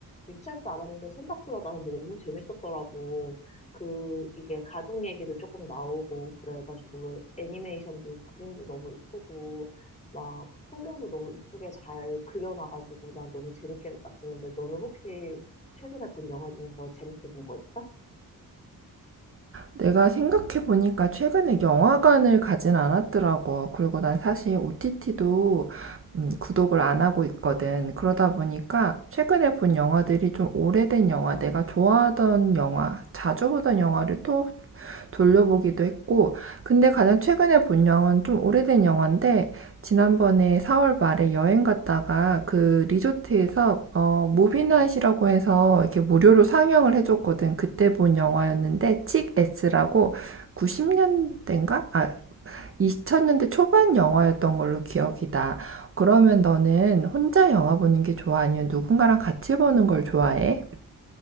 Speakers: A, on the left; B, on the right.
A: 유치할 줄 알았는데 생각보다 나는 너무 재밌었더라고. 그, 이게 가족 얘기도 조금 나오고, 그래가지고 애니메이션도 그림도 너무 이쁘고, 막 풍경도 너무 이쁘게 잘 그려놔가지고 난 너무 재밌게 봤었는데, 너는 혹시 최근에 본 영화 중에서 재밌게 본 거 있어?
B: 내가 생각해보니까 최근에 영화관을 가진 않았더라고. 그리고 난 사실 OTT도 구독을 안 하고 있거든. 그러다 보니까 최근에 본 영화들이 좀 오래된 영화, 내가 좋아하던 영화, 자주 보던 영화를 또 돌려보기도 했고, 근데 가장 최근에 본 영화는 좀 오래된 영화인데, 지난번에 4월 말에 여행 갔다가 그 리조트에서 어, 무비나잇이라고 해서 이렇게 무료로 상영을 해줬거든. 그때 본 영화였는데, 칙 S라고 90년대인가? 아, 2000년대 초반 영화였던 걸로 기억이 나. 그러면 너는 혼자 영화 보는 게 좋아? 아니면 누군가랑 같이 보는 걸 좋아해?